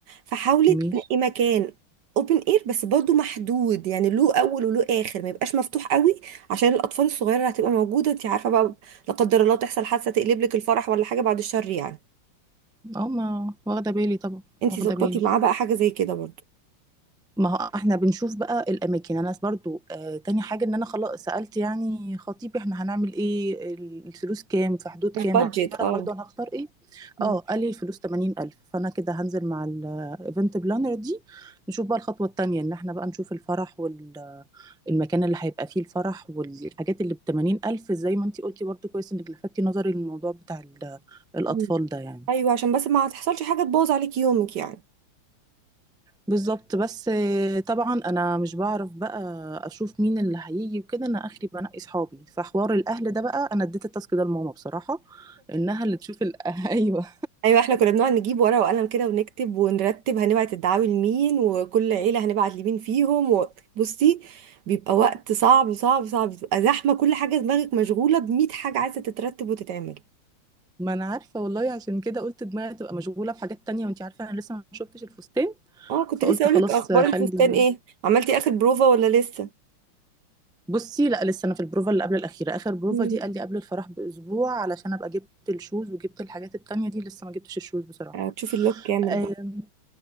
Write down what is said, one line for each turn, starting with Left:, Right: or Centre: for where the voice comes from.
Right: فحاولي
Centre: ماشي
Right: تنقي مكان اوبن اير بس برضو محدود يعني له اول وله اخر ما يبقاش مفتوح قوي عشان الاطفال الصغيره اللي هتبقى موجوده انت عارفه بقى لا قدر الله تحصل حادثه تقلب لك الفرح ولا حاجه بعد الشر يعني
Centre: اه ما واخده بالي طبعا
Right: انت
Centre: واخده
Right: ظبطي
Centre: بالي
Right: معاه بقى حاجه زي كده برضو
Centre: ما هو احنا بنشوف بقى الاماكن انا برضو آه تاني حاجه ان انا خلاص سالت يعني خطيبي احنا هنعمل ايه ال- الفلوس كام في حدود
Right: البادجت
Centre: كام اعرف
Right: اه
Centre: برضو انا هختار ايه
Right: مم.
Centre: اه قال لي الفلوس 80000 فانا كده هنزل مع الايفنت بلانر دي نشوف بقى الخطوه التانيه ان احنا بقى نشوف الفرح المكان اللي هيبقى فيه الفرح والحاجات اللي بتمانين ألف زي ما انتي قلتي برضو كويس انك لفتي نظري للموضوع بتاع ال- آه، الأطفال
Right: مم.
Centre: ده يعني
Right: ايوه عشان بس ما تحصلش حاجه تبوظ عليك يومك يعني
Centre: بالظبط بس آه، طبعا انا مش بعرف بقى اشوف مين اللي هيجي وكده انا اخري بنقي صحابي فحوار الاهل ده بقى انا اديت التاسك ده لماما بصراحه انها اللي تشوف ال... <laughs> ايوه
Right: ايوه احنا كنا بنقعد نجيب ورقه وقلم كده ونكتب ونرتب هنبعت الدعاوي لمين وكل عيله هنبعت لمين فيهم وبصي بيبقى وقت صعب صعب صعب بتبقى زحمه كل حاجه دماغك مشغوله ب100 حاجه عايزه تترتب وتتعمل
Centre: ما انا عارفه والله عشان كده قلت دماغي تبقى مشغوله بحاجات تانية وانتي عارفه انا لسه ما شفتش الفستان
Right: اه كنت
Centre: فقلت
Right: لسه اقولك
Centre: خلاص
Right: اخبار
Centre: آه، خلي
Right: الفستان ايه عملتي اخر بروفا ولا لسه
Centre: بُصّي، لأ لسه أنا في البروفة اللي قبل الأخيرة، آخر بروفة
Right: مم.
Centre: دي قال لي قبل الفرح بأسبوع علشان أبقى جِبت الshoes وجِبت الحاجات التانية دي، لسه ما جِبتش الshoes بصراحة.
Right: هتشوفي اللوك كامل
Centre: آمم،
Right: بقى